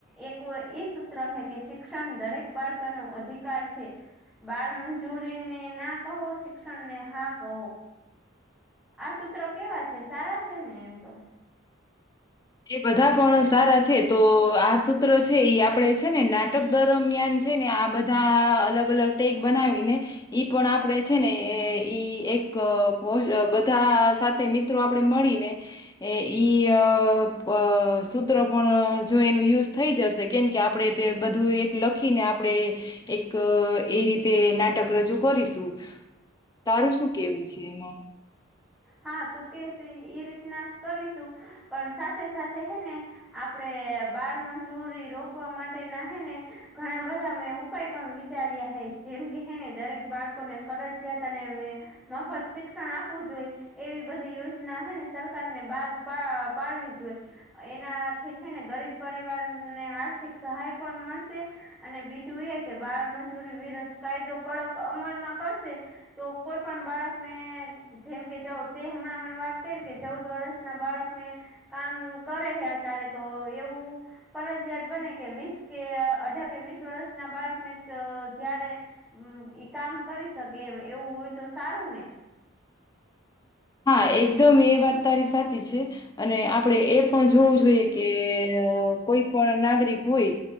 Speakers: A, in the centre; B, on the left.
A: એક ઈ સૂત્ર હ કે શિક્ષણ દરેક બાળકનો અધિકાર છે. બાળ મંજૂરીને ના કહો શિક્ષણ ને હા કહો. આ સૂત્ર કેવા છે સારા છે ને એમ તો.
B: એ બધા પણ સારા છે તો આ સૂત્ર છે એ આપડે છે ને નાટક દરમિયાન છે ને આ બધા અલગ અલગ ટેક બનાવીને ઈ પણ આપડે છે ને ઈ એક બીજ બધા સાથે મિત્રો આપડે મળી ને ઈ અ અ સૂત્ર પણ જો એનું યુઝ થઈ જશે કેમ કે આપણેે તે બધું એક લખી ને આપણે એક એ રીતે નાટક રજૂ કરીશું. તારું શું કેવું છે એમાં.
A: હા તું કે છે એ રીતના જ કરીશું પણ સાથે સાથે હે ને. આપડે બાળમચૂરી રોકવા માટે ના હ ને ઘણા બધા અ ઉપાય પણ. ચાર્યા હ જેમ કે હને દરેક બાળકોને ફરજયાત અને. મફત શિક્ષણ આપવું જોઈએ. એવી બધી યોજના હે ને સરકાર ને બહાર પા પાડવી જોઈ. એનાથી ને ગરીબ પરિવાર ને આર્થિક સહાય પણ મળશે. અને બીજું એ કે બાળમજૂરી વિરુદ્ધ કાયદો કડક અમલમાં કરશે. તો કોઈ પણ બાળકને જેમ કે જાાવ. તે હમણાં મને વાત કરી કે ચૌદ વર્ષ ના બાળકને. કામ કરે હે અત્યારે તો એવું. ફરજયાત બને કે વીસ કે અઢાર કે વીસ વર્ષ ના બાળકને જારે. હમ ઈ કામ કરી શકે એમ એવું હોય તો સારું ને.
B: હા એકદમ એ વાત તારી સાચી છે. અને આપડે એ પણ જોવું જોઈએ કે કોઈ પણ નાગરિક હોય.